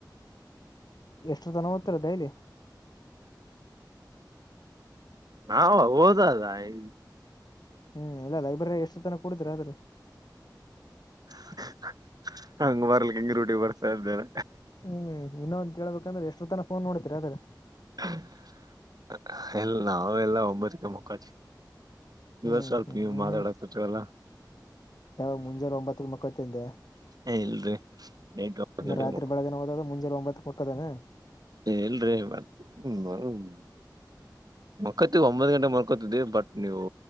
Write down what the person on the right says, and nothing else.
ನಾವು ಓದದ ಐ
<unintelligible> ಹಂಗ ಬರ್ಲಿಕ್ಕೆ ಹಿಂಗ ರೂಟಿ ಬರ್ತಾ ಇದ್ದೇನ
<unintelligible> ಇಲ್ಲ ನಾವ ಎಲ್ಲ ಒಬ್ಬತಕ ಮುಕ್ಕೋತಿವಿ. ಇವತ್ತು
ಸ್ವಲ್ಪ
ನೀವು ಮಾತಾಡಾಕತ್ತಿರಲ್ಲ
ಏ ಇಲ್ರಿ
ಎಂಟು ಒಂಬತ್ತು
ಗಂಟೆಗೆ
ಎಲ್ರೀ ಇವತ್ತ ಬರು ಹ್ಮ್ ಮಕ್ಕೋತೀವಿ ಒಂಬತ್ ಗಂಟೆಗೆ ಮಲಕೋತಿದ್ದವಿ ಬಟ್ ನೀವು